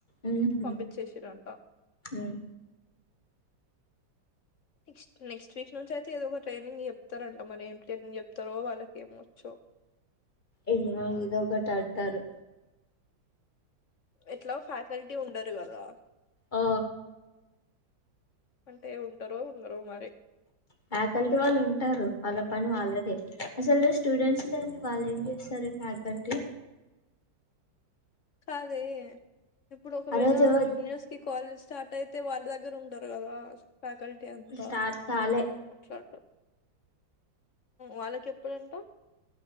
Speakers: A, on the left; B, on the left.
A: ఉహు
B: పంపించేసిరు అంట
A: ఉమ్
B: నెక్స్ట్ నెక్స్ట్ వీక్ నుంచి అయితే ఏదో ఒక ట్రైనింగ్ చెప్తారంట మరి ఏం ట్రైనింగ్ చెప్తారో వాళ్ళకి ఏమొచ్చో
A: ఏమా ఇదో ఒకటి అంటారు
B: ఎట్లా ఫ్యాకల్టీ ఉండరు కదా
A: ఆ
B: అంటే ఉంటరో ఉండరో మరి
A: ఫ్యాకల్టీ వాళ్ళు ఉంటారు వాళ్ళ పని వాళ్ళదిే అసలు స్టూడెంట్స్ లేండి వాళ్ళు ఏం చేస్తారు హాప్పెన్ టు
B: కాదే ఇప్పుడు ఒకవేళ
A: ఆ రోజు
B: జూనియర్స్ కి కాలేజ్ స్టార్ట్ అయితే వాళ్ళ దగ్గర ఉండరు కదా ఫ్యాకల్టీ అంతా
A: స్టార్ట్ కాలే
B: మాట్లాడడు వాళ్ళకి ఎప్పుడంటా